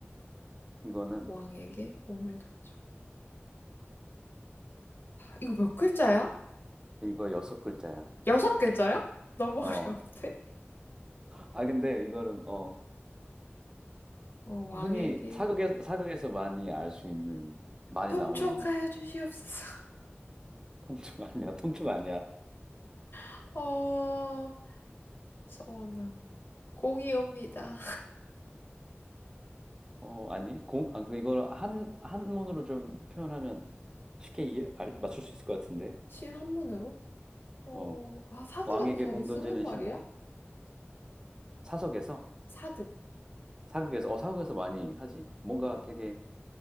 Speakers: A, on the right; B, on the left.
A: 이거는,
B: 왕에게 공을 던져. 이거 몇 글자야?
A: 이거 여섯 글자야.
B: 여섯 글자야? 너무
A: 어.
B: <laughs> 어려운데?
A: 아, 근데 이거는, 어.
B: 어, 왕에게
A: 흔히 사극에, 사극에서 많이 알 수 있는, 많이
B: 통촉하여
A: 나오는
B: 주시옵소서.
A: 통증 아니야? <laughs> 통증 아니야?
B: <laughs> 어, 서원아, 공이 옵니다.
A: 어, 아니? 공, 아, 그 이걸 한, 한문으로 좀 표현하면 쉽게 이해, 알, 맞출 수 있을 것 같은데.
B: 실한문으로? 어,
A: 어,
B: 아, 사극에서
A: 왕에게
B: 자주
A: 공
B: 쓰는
A: 던지는
B: 말이야?
A: 신, 사석에서,
B: 사극.
A: 사극에서, 어, 사극에서 많이 하지. 뭔가 되게,